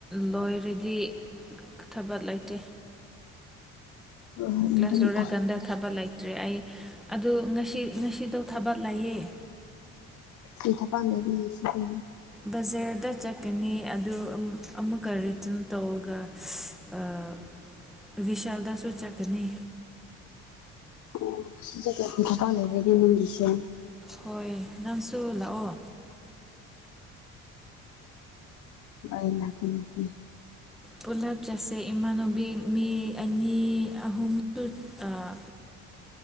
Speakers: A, in the centre; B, on the left.
A: ꯂꯣꯏꯔꯗꯤ ꯊꯕꯛ ꯂꯩꯇꯦ
B: ꯍꯣꯏ ꯍꯣꯏ
A: ꯀ꯭ꯂꯥꯁ
B: ꯃꯗꯨ ꯃꯇꯥ
A: ꯂꯣꯏꯔꯀꯥꯟꯗ ꯊꯥꯕꯛ ꯂꯩꯇ꯭ꯔꯦ ꯑꯩ ꯑꯗꯨ ꯉꯁꯤ ꯉꯁꯤꯗꯣ ꯊꯥꯕꯛ ꯂꯩꯌꯦꯦ
B: ꯀꯩ ꯊ <unintelligible>
A: ꯕꯖꯥꯔꯗ ꯆꯠꯀꯅꯤ ꯑꯗꯨ ꯑꯃꯨꯛꯀ ꯔꯤꯇ꯭ꯔꯟ ꯇꯧꯔꯒ ꯑꯥ ꯚꯤꯁꯥꯜꯗꯁꯨ ꯆꯠꯀꯅꯤ
B: ꯑꯣ <unintelligible> ꯄ꯭ꯔꯤꯟꯁꯤꯄꯥꯜ ꯂꯩꯕꯒꯤꯔ ꯅꯪꯒꯤꯁꯦ
A: ꯍꯣꯏ ꯅꯪꯁꯨ ꯂꯥꯛꯑꯣ
B: ꯑꯥꯢ ꯅꯠꯇꯦ ꯅꯠꯇꯦ
A: ꯄꯨꯂꯞ ꯆꯠꯁꯦ ꯏꯃꯥꯟꯅꯨꯕꯤ ꯃꯤ ꯑꯅꯤ ꯑꯍꯨꯝꯁꯨ ꯑꯥ